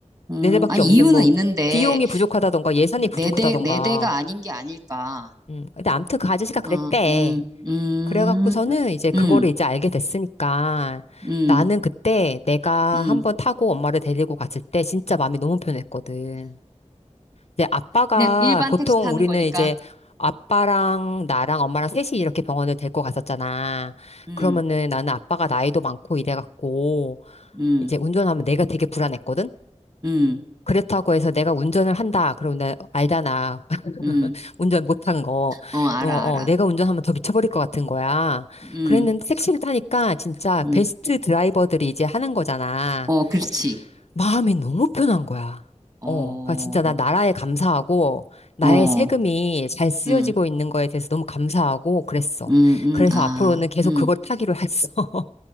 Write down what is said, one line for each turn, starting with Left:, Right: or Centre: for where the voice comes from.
Right: 음,
Left: 네 대밖에
Right: 아니
Left: 없는
Right: 이유는
Left: 뭐
Right: 있는데
Left: 비용이 부족하다던가 예산이
Right: 네
Left: 부족하다던가.
Right: 대, 네 대가 아닌 게 아닐까.
Left: 응. 근데 암튼 그 아저씨가 그랬대.
Right: 어, 음, 음,
Left: 그래갖고서는 이제 그거를
Right: 음,
Left: 이제 알게 됐으니까
Right: 음,
Left: 나는 그때 내가
Right: 음.
Left: 한번 타고 엄마를 데리고 갔을 때 진짜 마음이 너무 편했거든. 이제 아빠가
Right: 그냥 일반
Left: 보통
Right: 택시 타는
Left: 우리는
Right: 거니까.
Left: 이제 아빠랑 나랑 엄마랑 셋이 이렇게 병원을 데리고 갔었잖아.
Right: 음,
Left: 그러면은 나는 아빠가 나이도 많고 이래갖고
Right: 음,
Left: 이제 운전하면 내가 되게 불안했거든?
Right: 음,
Left: 그렇다고 해서 내가 운전을 한다. 그러면 나 알잖아.
Right: 음.
Left: 운전 못한 거.
Right: 어, 알아,
Left: 어, 어,
Right: 알아.
Left: 내가 운전하면 더 미쳐버릴 것 같은 거야.
Right: 음,
Left: 그랬는데 택시를 타니까 진짜
Right: 음.
Left: 베스트 드라이버들이 이제 하는 거잖아.
Right: 어, 그렇지.
Left: 마음이 너무 편한 거야.
Right: 어,
Left: 어, 그러니까 진짜 나 나라에 감사하고 나의
Right: 어,
Left: 세금이 잘 쓰여지고
Right: 음,
Left: 있는 거에 대해서 너무 감사하고 그랬어.
Right: 음, 음,
Left: 그래서
Right: 아,
Left: 앞으로는 계속
Right: 음.
Left: 그걸 타기로 했어. <laughs>